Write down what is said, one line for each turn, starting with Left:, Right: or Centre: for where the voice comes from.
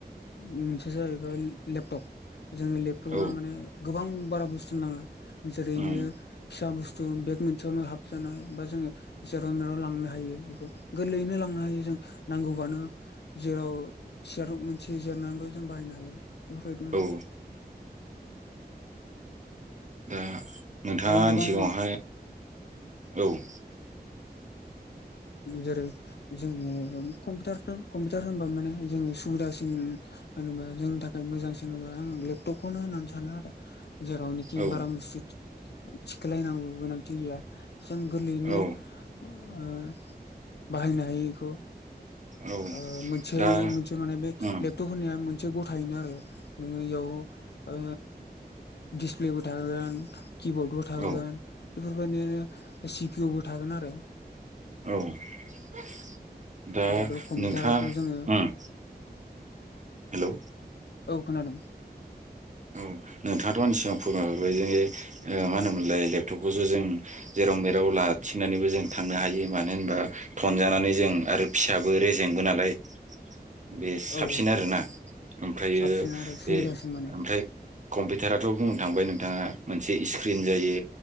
Left: मोनसेया जाहैबाय लेपटप जोंनि लेपटपआ
Right: औ
Left: माने गोबां बारा बुस्थु नाङा जेरै
Right: उम
Left: आरो फिसा बुस्थु थु बेग मोनसेयावनो हाबजानाय बा जोङो जेराव मेराव लांनो हायो गोरलैयैनो लांनो हायो जों नांगौबानो जेराव सियाराव मोनसे जिरनानैबो जों बाहायनो हायो। बेफोरबायदि माने
Right: औ। दा नोंथाङा
Left: आरो गोबां
Right: आंनि सिगाङावहाय औ <inaudible>
Left: जेरै जोङो न'आव कम्पिउटारफोर‌ कम्पिउटार होनबा माने जोङो सुबिदासिन होनबा जोंनि थाखाय मोजांसिन होनबा आं लेपटपखौनो होननानै सानो आरो। जेरावनोखि
Right: औ
Left: बारा बुस्थु थिखोलायनांगौ गोनांथि गैया जों गोरलैयैनो
Right: औ
Left: ओ बाहायनो हायो बेखौ
Right: औ
Left: ओ मोनसे
Right: दा
Left: इयो‌ मोनसे माने बे
Right: उम
Left: लेपटप होन्नाया मोनसे गथायैनो आरो नोङो इयाव ओ दिसप्लेबो थागोन किबर्डबो थागोन
Right: औ
Left: बेफोरबायदिनो सिपिअ'बो थागोन आरो
Right: <inaudible>
Left: दाथ' कम्पिउटाराथ'
Right: नोंथाङा
Left: जोङो
Right: उम हेलौ औ
Left: औ खोनादों।
Right: औ। नोंथाङाथ' आंनि सिगांव फोरमायहरबाय जे ओ मा होनोमोनलाय लेपटपखौ जों जेराव मेराव लाबथिंनानैबो जों थांनो हायो मानो होनबा थनजानानै जों आरो फिसाबो रेजेंबो नालाय बे साबसिन
Left: औ
Right: आरोना ओमफ्रायो
Left: साबसिन आरो सुबिदासिन
Right: बे
Left: माने
Right: ओमफ्राय कम्पिउटाराथ' बुंनो थांबाय नोंथाङा मोनसे स्क्रिन जायो